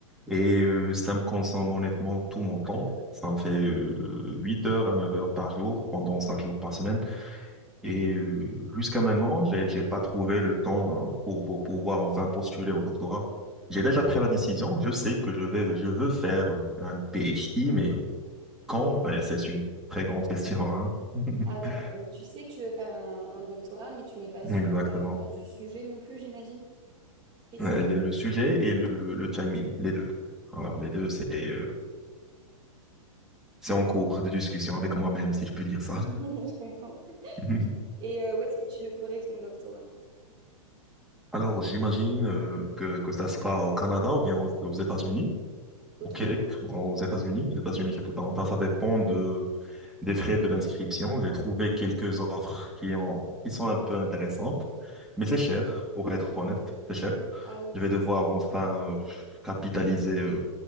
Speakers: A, in the centre; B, on the right (about 25°).
A: et euh, ça me consomme honnêtement tout mon temps. Ça me fait euh, 8 heures à 9 heures par jour pendant 5 jours par semaine. Et euh, jusqu'à maintenant, j'ai, j'ai pas trouvé le temps euh, pour, pour pouvoir enfin postuler au doctorat. J'ai
B: Mm.
A: déjà pris la décision. Je sais que je vais, je veux faire un PhD, mais quand? Ouais, c'est une très grande question, hein. <laughs>
B: Ah d'accord, donc tu sais que tu veux faire un, un doctorat, mais tu n'es pas sûre
A: Exactement.
B: exactement du sujet non plus, j'imagine. Précisé.
A: Euh, Le, le sujet et le, le, le chiming, les deux. Alors, les deux, c'est euh, c'est en cours de discussion avec moi-même, si je peux dire ça.
B: <laughs> Je comprends.
A: <laughs>
B: Et euh, où est-ce que tu le ferais ton doctorat?
A: Alors, j'imagine euh, que, que ça sera au Canada ou bien aux, aux États-Unis,
B: Ok.
A: au Québec, aux États-Unis, les États-Unis quelque part. Enfin, ça dépend de, des frais de l'inscription. J'ai trouvé quelques offres qui ont, qui sont un peu intéressantes, mais c'est cher, pour être honnête, c'est cher.
B: Ah oui,
A: Je
B: c'est-
A: vais devoir enfin euh, capitaliser euh,